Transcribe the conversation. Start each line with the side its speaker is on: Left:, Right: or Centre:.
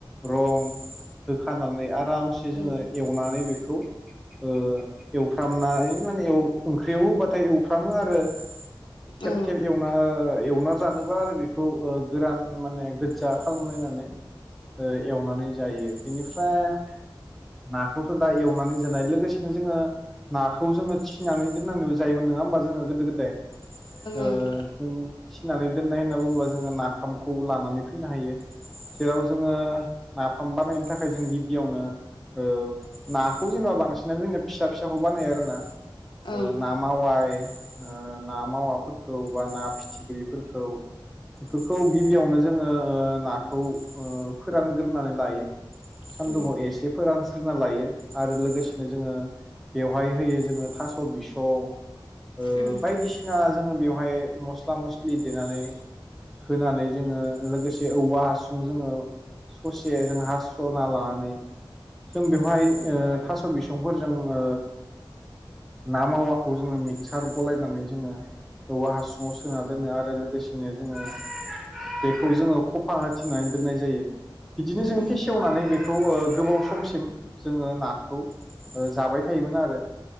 Centre: रं होखानानै आर आरामसे जोङो
Left: उम
Centre: एव ओमफाय बेखौ ओ एवफ्रामनानै माने औ ओंख्रियाव होबाथाय एवफ्रामो आरो थेब
Left: औ
Centre: थेब एवना ओ एवना जानोब्ला आरो बेखौ ओ गोरान माने गोजा खालामलायनानै ओ एवनानै जायो। बेनिफ्राय। नाखौथ दा एवनानै जानाय लोगोसेनो जोङो नाखौ जोङो थिनानै दोननानैबो जायोमोन नङा होमबा जोङो गोदो गोदाय ओ
Left: उम
Centre: जों फिनानै दोननाय होनना बुङोब्ला जोङो नाफामखौ लानानै फैनो हायो। जेराव जोङो। नाफाम बानायनायनो थाखाय जों गिबियावनो। ओ नाखौ जेनबा बांसिनानो जोंना फिसा फिसाखौ बानायो आरो ना।
Left: ओं
Centre: ओ
Left: ओं
Centre: ना मावाय ओ ना मावाफोरखौ बा ना फिथिख्रिफोरखौ बेफोरखौ गिबियावनो जोङो ओ नाखौ ओ फोरानग्रोनानै लायो। सानदुङाव
Left: ओं
Centre: एस लानस्रोना लायो आरो लोगोसेनो जोङो बेवहाय होयो जोङो थास बिसं ओ
Left: ओं उम
Centre: बायदिसिना जोङो बेवहाय मस्ला मस्लि देनानै होनानै जोङो लोगोसे औवा हासुुं जोङो ससे जों हासना लानानै जों बेवहाय ओ थास बिसंफोरजों ओ ना मावाखौ जोङो मिक्सार गलायनानै जोङो औवा हासुंआव सोना दोनो आरो लोगोसेनो जोङो बेखौ जोङो खफा होथिना दोन्नाय जायो बिदिनो
Left: उम
Centre: जों फेसेवनानै बेखौ ओ गोबाव समसिम जोङो नाखौ जाबाय थायोमोन आरो।